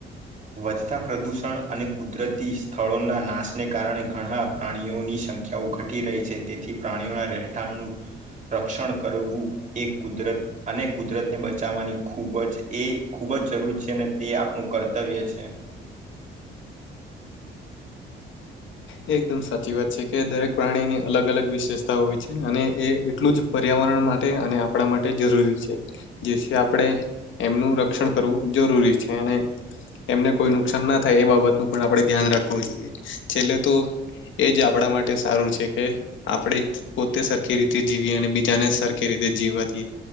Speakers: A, on the right (about 40°); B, on the left (about 75°).
A: વધતાં પ્રદૂષણ અને કુદરતી સ્થળોના નાશને કારણે ઘણા પ્રાણીઓની સંખ્યાઓ ઘટી રહી છે તેથી પ્રાણીઓના રહેઠાણનું રક્ષણ કરવું એ કુદરત અને કુદરતને બચાવવાની ખૂબ જ એ ખૂબ જ જરૂરી છે અને તે આપણું કર તબિય છે.
B: એ એકદમ સાચી વાત છે કે દરેક પ્રાણીની અલગ અલગ વિશેષતા હોય છે અને એ એટલું જ પર્યાવરણ માટે અને આપણા માટે જરૂરી છે. જેથી આપણે એમનું રક્ષણ કરવું જરૂરી છે અને એમને કોઈ નુકસાન ના થાય એ બાબતનું પણ આપણે ધ્યાન રાખવું જોઈએ. છેલે તો એ જ આપણા માટે સારું છે કે આપણે પોતે સરખી રીતે જીવીએ અને બીજાને સરખી રીતે જીવવા દઈએ.